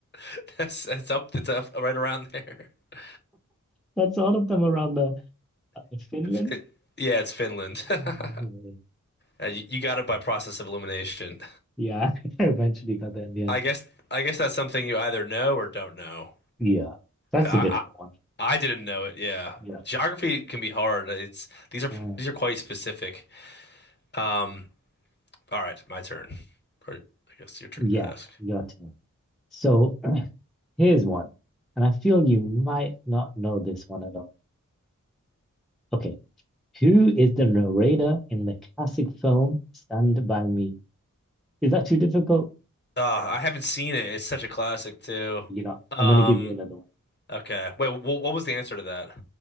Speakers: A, on the left (about 35°); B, in the centre.
A: <laughs> That's that's up that's up right around there. <laughs>
B: That's all of them around the uh, Finland.
A: It,
B: <laughs>
A: yeah, it's Finland.
B: Oh,
A: <laughs>
B: no way.
A: Uh, You, you got it by process of elimination.
B: Yeah, <laughs> I eventually got there
A: <laughs>
B: in the end.
A: I guess I guess that's something you either know or don't know.
B: Yeah, that's
A: I,
B: a difficult one.
A: I didn't know it. Yeah.
B: Yeah.
A: Geography can be hard. It's these are
B: Mm.
A: these are quite specific. Um, all right, my turn. Or I guess your turn
B: Yeah,
A: to ask.
B: your turn. So <clears throat> here's one, and I feel you might not know this one at all. Okay, who is the narrator in the classic film Stand By Me? Is that too difficult?
A: Uh, I haven't seen it. It's such a classic too.
B: You know,
A: Um,
B: I'm going to give you another one.
A: okay. Wait, wh what was the answer to that?